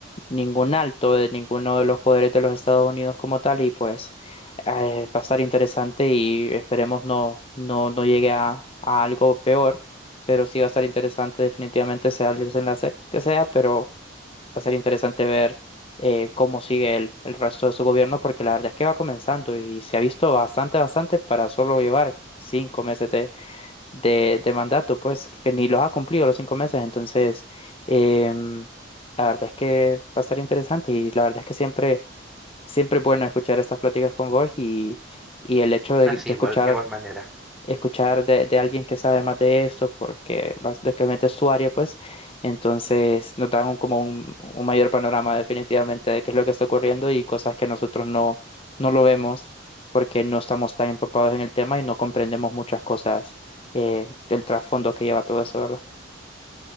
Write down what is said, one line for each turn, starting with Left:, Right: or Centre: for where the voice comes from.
Left: ningún alto de ninguno de los poderes de los Estados Unidos como tal y pues eh, va a estar interesante y esperemos no, no, no llegue a, a algo peor, pero sí va a estar interesante definitivamente sea el desenlace que sea, pero va a ser interesante ver eh, cómo sigue el, el resto de su gobierno porque la verdad es que va comenzando y se ha visto bastante, bastante para solo llevar cinco meses de, de mandato, pues, que ni los ha cumplido los cinco meses. Entonces, em, la verdad es que va a estar interesante y la verdad es que siempre, siempre es bueno escuchar estas pláticas con vos y, y el hecho de,
Centre: Así,
Left: de
Centre: igual,
Left: escuchar
Centre: de igual manera.
Left: escuchar de, de alguien que sabe más de esto, porque básicamente es su área, pues, entonces nos dan un- como un, un mayor panorama definitivamente de qué es lo que está ocurriendo y cosas que nosotros no, no lo vemos porque no estamos tan empapados en el tema y no comprendemos muchas cosas eh, del trasfondo que lleva todo eso, ¿verdad?